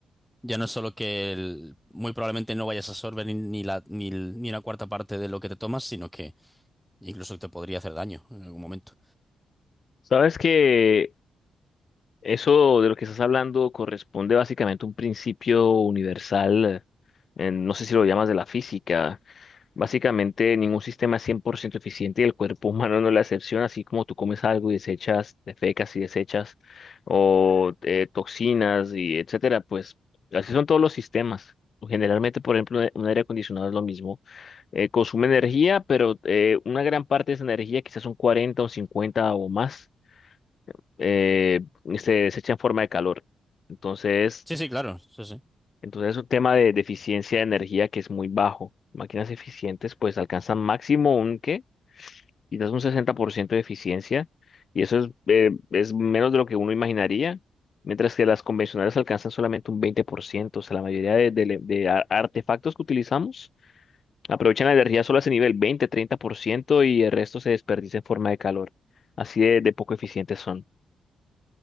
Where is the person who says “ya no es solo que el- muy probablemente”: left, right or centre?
Centre